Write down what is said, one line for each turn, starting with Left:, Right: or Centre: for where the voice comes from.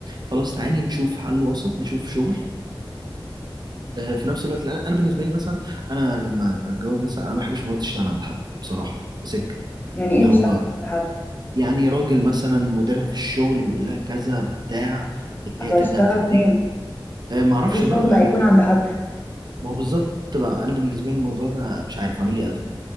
Right: خلاص تعالي نشوف حل وسط نشوف شغل آه، في نفس الوقت لأن انا بالنسبه لي مثلا انا لما اتجوز مثلا انا ما بحبش مراتي تشتغل عند حد بصراحه سك
Left: يعني
Right: اللي
Left: ايه
Right: هو
Left: تشتغل عند حد؟
Right: يعني راجل مثلا مديرها في الشغل بيقول لها كذا بتاع هي
Left: اصل
Right: ترجع
Left: هشتغل
Right: تتضايق
Left: فين؟
Right: آه، ما اعرفش
Left: اي شغل
Right: بقى
Left: هيكون
Right: أنا-
Left: عند حد؟
Right: ما هو بالظبط بقى انا بالنسبه لي الموضوع ده مش عارف عامل لي ازمه